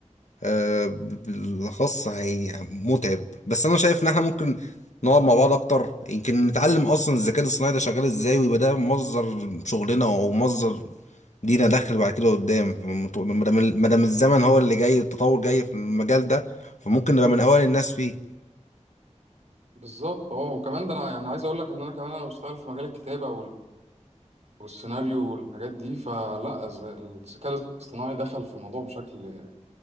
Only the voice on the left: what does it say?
آه، بالاخص هي متعب بس انا شايف ان احنا ممكن نقعد مع بعض اكتر يمكن نتعلم اصلا الذكاء الاصطناعي ده شغال ازاي ويبقى ده مصدر شغلنا او مصدر لينا دخل بعد كده قدام ما دام ما دام الزمن هو اللي جاي التطور جاي في المجال ده فممكن نبقى من اوائل الناس فيه